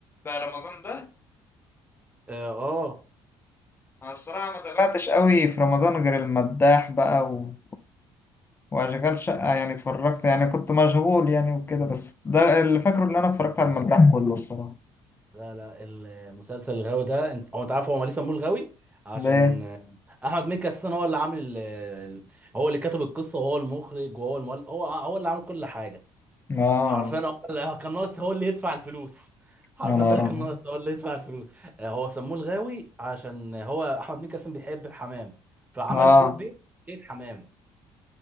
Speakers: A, on the left; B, on the right.
A: بقى رمضان ده
B: اه آه.
A: انا الصراحه ما تابعتش قوي في رمضان غير المداح بقى و... واشغال شقه يعني اتفرجت يعني كنت مشغول يعني وكده بس ده اللي فاكره ان انا اتفرجت على المداح كله الصراحه
B: لا لا المسلسل الغاوي ده انت هو انت عارف هو ليه سموه الغاوي عشان
A: ليه
B: آه، احمد مكي اساسا هو اللي عامل ال- ال- هو اللي كتب القصه وهو المخرج وهو المؤلف هو هو اللي عامل كل حاجه
A: اه
B: حرفيا هو اللي- كان ناقص هو اللي يدفع الفلوس حرفيا
A: يا نهار
B: ده اللي
A: ابيض
B: كان ناقص هو اللي يدفع الفلوس آه، هو سموه الغاوي عشان هو احمد مكي اصلا بيحب الحمام فعمل
A: اه
B: فوق بيت بيت حمام